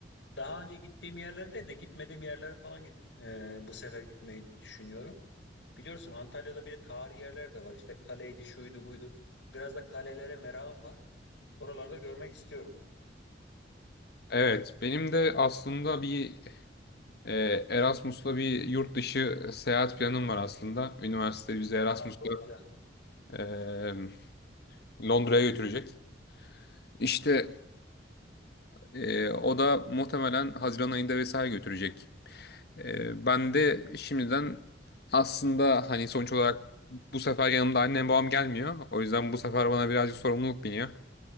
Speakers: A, on the left; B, on the left.
A: Daha önce gittiğim yerlerde de gitmediğim yerlere falan git, e, bu sefer gitmeyi düşünüyorum. Biliyorsun Antalya'da bir de tarihi yerler de var. İşte kaleydi, şuydu, buydu. Biraz da kalelere merakım var. Oralarda görmek istiyorum.
B: Evet, benim de aslında bir e, Erasmus'la bir yurt dışı seyahat planım var aslında. Üniversite bizi Erasmus'la
A: Aa, çok güzel.
B: e, Londra'ya götürecek. İşte Ee, o da muhtemelen Haziran ayında vesaire götürecek. Ee, ben de şimdiden aslında hani sonuç olarak bu sefer yanımda annem babam gelmiyor. O yüzden bu sefer bana birazcık sorumluluk biniyor.